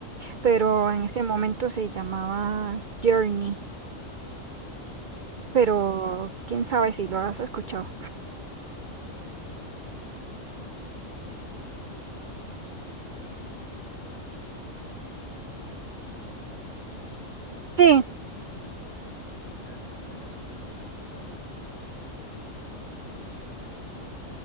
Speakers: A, on the right; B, on the left.
A: pero en
B: sí.
A: ese momento se llamaba Journey,
B: Mm,
A: pero quién sabe si lo has escuchado.
B: sí, Pues por el nombre no, pero posiblemente muchas de las canciones que conozco de las ochentas las, las reconozco más por
A: Sí,
B: el ritmo y que las escucho. Y ya después que las escucho en algún lado, pues mm, pongo una aplicación de